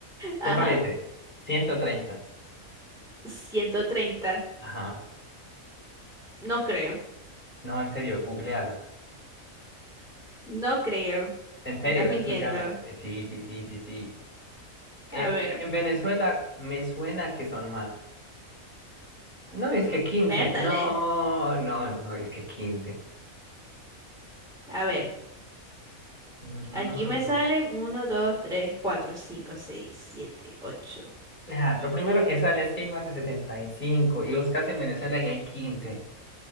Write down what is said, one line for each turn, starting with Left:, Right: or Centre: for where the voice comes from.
Centre: Ajá.
Left: ¿Te parece? 130.
Centre: 130.
Left: Ajá.
Centre: No creo.
Left: No, en serio, googlealo.
Centre: No creo.
Left: En serio,
Centre: Me estás mintiendo.
Left: escúchame. Eh, Sí, sí, sí, sí, sí. Eh,
Centre: A ver,
Left: en Venezuela me suena que son más. No, es que 15.
Centre: pértales.
Left: No, no, no, es que 15.
Centre: A ver,
Left: No, no,
Centre: aquí me
Left: no. no.
Centre: salen uno, 2, 3, 4, 5, 6, 7, 8.
Left: Ah, lo primero que sale es que hay más de setenta y cinco. Y buscas en Venezuela y hay 15.